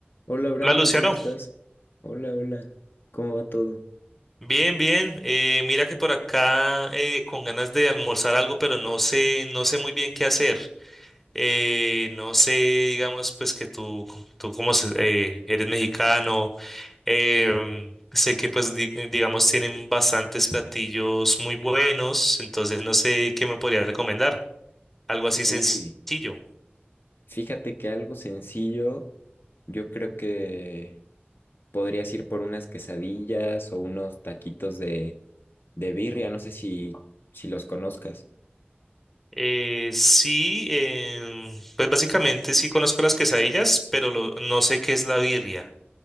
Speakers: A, on the left (about 60°); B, in the centre.
A: Hola Brandon,
B: Hola Luciano,
A: ¿cómo estás? Hola, hola, ¿cómo va todo?
B: bien, bien. Eh, mira que por acá eh, con ganas de almorzar algo, pero no sé, no sé muy bien qué hacer. Eh, no sé, digamos, pues que tú, tú como se- eh, eres mexicano, em, sé que pues di- digamos tienen bastantes platillos muy buenos, entonces no sé qué me podría recomendar. Algo así
A: Uy,
B: sencillo.
A: fíjate que algo sencillo, yo creo que podrías ir por unas quesadillas o unos taquitos de, de birria, no sé si, si los conozcas.
B: Eh, sí, em, pues básicamente sí conozco las quesadillas, pero lo- no sé qué es la birria.